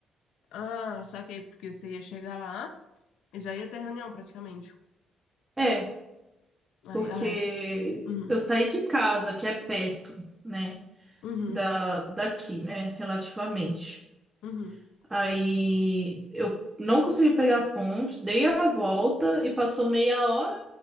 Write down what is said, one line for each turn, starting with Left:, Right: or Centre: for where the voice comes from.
Left: Ah, saquei, porque você ia chegar lá e já ia ter reunião praticamente.
Right: É,
Left: Aí,
Right: porque
Left: ah, é. Uhum.
Right: eu saí de casa, que é perto, né?
Left: Uhum.
Right: Da, daqui, né? Relativamente.
Left: Uhum.
Right: Aí eu não consegui pegar a ponte, dei a volta e passou meia hora.